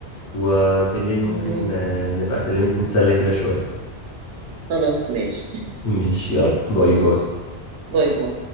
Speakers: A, on the left; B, on the right.
A: وبالليل ممكن
B: مم.
A: آه، نبقى اكلمك نتسلى كده شوية
B: خلاص ماشي
A: ماشي يلا باي باي
B: ماشي باي باي